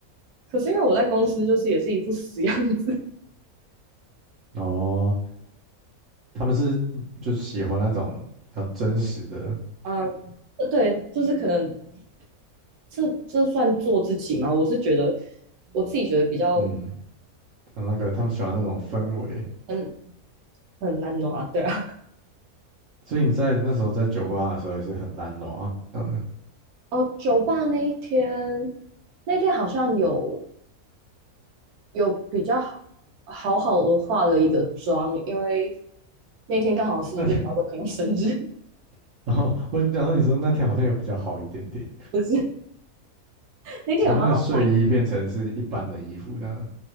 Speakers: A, on the right (about 85°); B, on the right (about 60°).
A: 可是因为我在公司就是也是一副死样子
B: 哦，他们是就喜欢那种比较真实的，
A: 啊、呃对，就是可能这这算做自己吗？我是觉得我自己觉得比较
B: 嗯，那个他们喜欢那种氛围。
A: 很很烂拿，对啊。
B: 所以你在那时候在酒吧的时候也是很懒惰啊，这样子。
A: 哦，酒吧那一天，那天好像有有比较好好好的化了一个妆，因为那天刚好是另外一个朋友生日，
B: 那 <laughs> 然后我想说，你说那天好像有比较好一点点，
A: <laughs> 不是那天有好好化，
B: 从那个睡衣变成是一般的衣服这样。